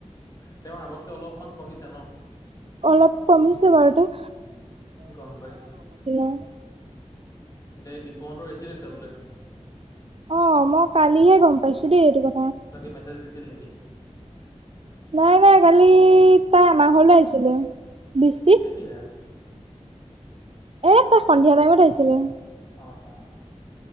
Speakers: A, on the left (about 30°); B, on the right (about 55°).
A: তেওঁ আগতকে অলপমান কমিছে ন
B: অলপ কমিছে বাৰু দে
A: গম পাইছোঁ,
B: হয়।
A: দে দিব্যহঁতৰ বেছি হৈছে বোলে।
B: অ', মই কালিহে গম পাইছোঁ দেই, এইটো কথা
A: তই কি মেছেজ দিছিলি নেকি?
B: নাই নাই কালি, তাই আমাৰ ঘৰলৈ আহিছিলে, বিস্তিত
A: এতিয়া, <unintelligible>
B: এই তাই সন্ধিয়া টাইমত আহিছিলে।
A: অ', অ',